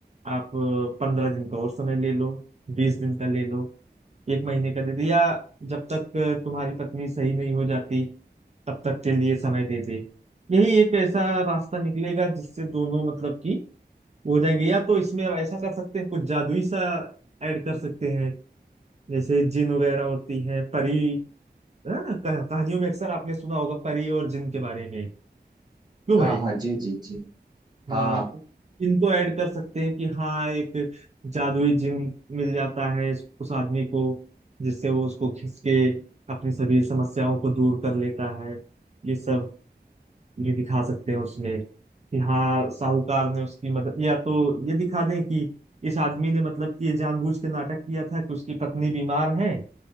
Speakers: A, on the right; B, on the right.
A: आप पंद्रह दिन का और समय ले लो बीस दिन का ले लो एक महीने का दे दो या जब तक तुम्हारी पत्नी सही नहीं हो जाती तब तक के लिए समय दे दे यही एक ऐसा रास्ता निकलेगा जिससे दोनों मतलब कि हो जाएंगे या तो इसमें अब ऐसा कर सकते हैं कुछ जादुई सा ऐड कर सकते हैं जैसे जिन वगैरह होती हैं परी है ना कह- कहानियों में अक्सर आपने सुना होगा परी और जिन के बारे में क्यों भाई
B: हाँ हाँ जी जी जी
A: हाँ
B: हाँ
A: तो इनको ऐड कर सकते हैं कि हाँ एक जादुई जिन मिल जाता है इस- उस आदमी को जिससे वो उसको खींच के अपनी सभी समस्याओं को दूर कर लेता है ये सब ये दिखा सकते हैं उसमें कि हाँ साहूकार ने उसकी मदद या तो ये दिखा दें कि इस आदमी ने मतलब कि ये जानबूझ के नाटक किया था कि उसकी पत्नी बीमार है